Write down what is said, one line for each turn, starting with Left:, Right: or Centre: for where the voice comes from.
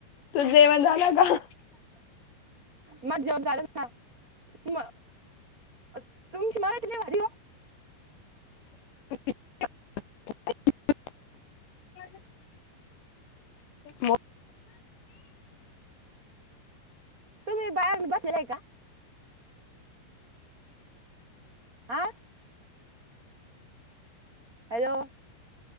Left: तुझ जेवण झाल का
Right: माझ जेवन झालंच ना म तुमची मराठी लई भारी ओ
Left: <inaudible> मो
Right: तुम्ही बाहेर बसेलेले का आ हॅलो